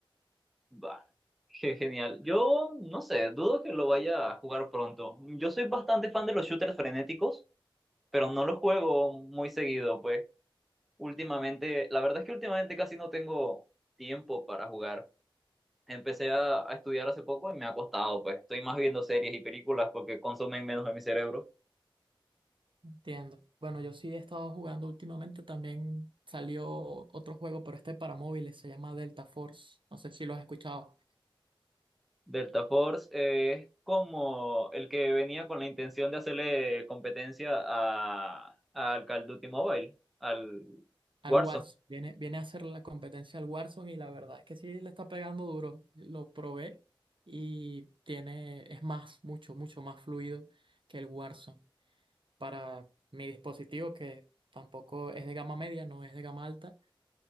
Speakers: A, in the centre; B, on the right (about 65°).
A: Bah, qué genial. Yo no sé, dudo que lo vaya a jugar pronto. Yo soy bastante fan de los shooters frenéticos, pero no los juego muy seguido, pues. Últimamente, la verdad es que últimamente casi no tengo tiempo para jugar. Empecé a, a estudiar hace poco y me ha costado, pues. Estoy más viendo series y películas porque consumen menos de mi cerebro.
B: Entiendo. Bueno, yo sí he estado jugando últimamente, también salió otro juego, pero este para móviles, se llama Delta Force. No sé si lo has escuchado.
A: Delta Force eh, es como el que venía con la intención de hacerle competencia a, al Call of Duty Mobile, al
B: al
A: Warzone.
B: Warzone. Viene, viene a hacer la competencia al Warzone y la verdad es que sí le está pegando duro. Lo probé y tiene, es más, mucho, mucho más fluido que el Warzone. Para mi dispositivo, que tampoco es de gama media, no es de gama alta,